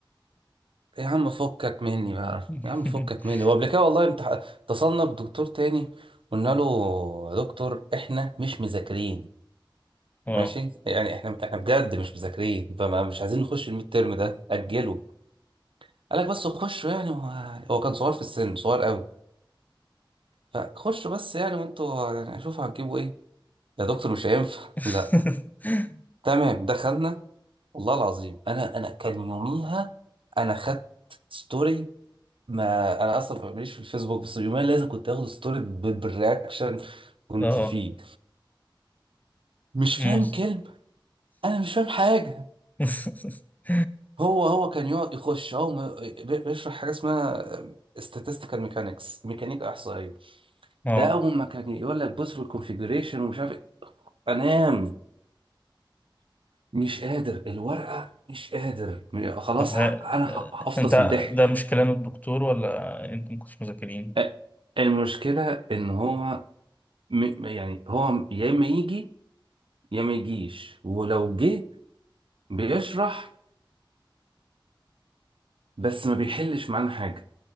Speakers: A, on the right; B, on the left.
A: يا عم فكك مني بقى
B: <laughs>
A: يا عم فكك مني وقبل كده والله امتح... اتصلنا بدكتور تاني قلنا له يا دكتور احنا مش مذاكرين
B: اه
A: ماشي يعني احنا احنا بجد مش مذاكرين فما مش عايزين نخش الميد ترم ده اجله قال لك بس خشوا يعني هو هو كان صغير في السن صغير قوي فخشوا بس يعني وانتوا يعني شوفوا هتجيبوا ايه يا دكتور مش هينفع
B: <laughs>
A: <laughs> لا تمام دخلنا والله العظيم انا انا كان يوميها انا خدت ستوري ما انا اصلا ماليش في الفيسبوك بس اليومين لازم كنت اخد ستوري ب- بالرياكشن كنت
B: اه
A: فيه مش
B: مص-
A: فاهم كلمه انا مش فاهم حاجه
B: <laughs>
A: هو هو كان يقعد يخش هو ما- بي- بيشرح حاجه اسمها statistical mechanics ميكانيكا احصائيه
B: اه
A: ده اول ما كان يقول لك بص في الكونفيجريشن ومش عارف إيه، انام مش قادر الورقه مش قادر م- خلاص
B: طب
A: ح-
B: ها
A: انا ه- هفطس
B: انت
A: من الضحك
B: ده مش كلام الدكتور ولا انتوا مكنتوش مذاكرين
A: أ- المشكله ان هو م- يعني هو يا اما يجي يا ما يجيش ولو جه بيشرح بس ما بيحلش معانا حاجه